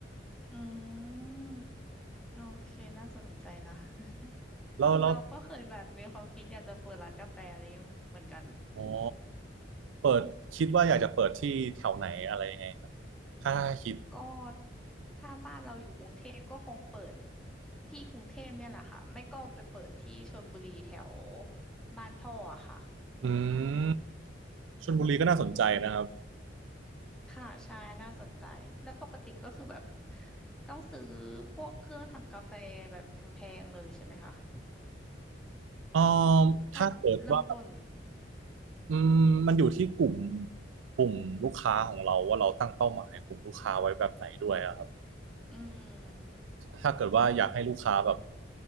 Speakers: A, in the centre; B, on the right.
A: อืม โอเค น่าสนใจนะ <laughs>
B: แล้วแล้ว
A: เราก็เคยแบบมีความคิดอยากจะเปิดร้านกาแฟอะไรอย่างงี้เหมือนกัน
B: อ๋อเปิดคิดว่าอยากจะเปิดที่แถวไหนอะไรยังไงครับถ้าคิด
A: ก็ถ้าบ้านเราอยู่กรุงเทพก็คงเปิดที่กรุงเทพเนี่ยแหละค่ะไม่ก็ไปเปิดที่ชลบุรีแถวบ้านพ่ออะค่ะ
B: อืมชลบุรีก็น่าสนใจนะครับ
A: ค่ะใช่น่าสนใจแล้วปกติก็คือแบบต้องซื้อพวกเครื่องทำกาแฟแบบแพงๆเลยใช่ไหมคะ
B: เอ๋อ
A: ถ้าเริ่มต้น
B: ถ้าเกิดว่าอืมมันอยู่ที่กลุ่มกลุ่มลูกค้าของเราว่าเราตั้งเป้าหมายกลุ่มลูกค้าไว้แบบไหนด้วยอะครับ
A: อืม
B: ถ้าเกิดว่าอยากให้ลูกค้าแบบ